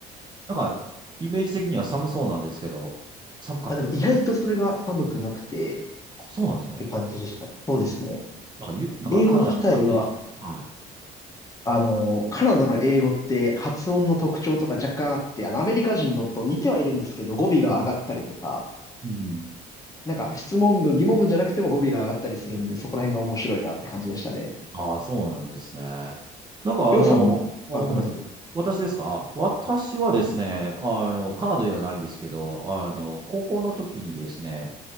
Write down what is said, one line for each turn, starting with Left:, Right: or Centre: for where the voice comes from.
Right: なんか、イメージ的には寒そうなんですけど、寒かったです。
Left: あ、でも意外とそれが寒くなくてっ
Right: あ、そうなんですね。
Left: て感じでした。そうですね。
Right: なんか、ゆ、なんかカナダって勝手に。
Left: 英語自体は、
Right: はい。
Left: あの、カナダの英語って発音の特徴とか若干あって、あの、アメリカ人のと似てはいるんですけど、語尾が上がったりとか、
Right: うん。うん。
Left: なんか質問文、疑問文じゃなくても語尾が上がったりするんで、そこら辺が面白いなって感じでしたね。
Right: ああ、そうなんですね。なんかあの、
Left: りょうさんも、
Right: あ、
Left: あ、
Right: はいどうぞ。
Left: ごめんなさい。
Right: 私ですか私はですね、
Left: は
Right: あの、カナダではないんですけど、あの、高校の時にですね、